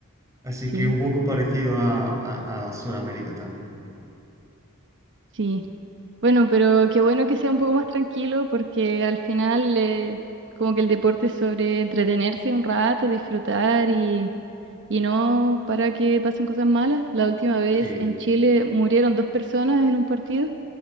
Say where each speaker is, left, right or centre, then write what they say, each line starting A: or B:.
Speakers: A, on the right (about 15°); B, on the right (about 60°).
A: Así
B: sí,
A: que un poco parecido a, a, a Sudamérica también.
B: sí. Bueno, pero qué bueno que sea un poco más tranquilo porque al final eh, como que el deporte es sobre entretenerse un rato, disfrutar y, y no para que pasen cosas malas. La última vez
A: Sí,
B: en Chile murieron dos personas en un partido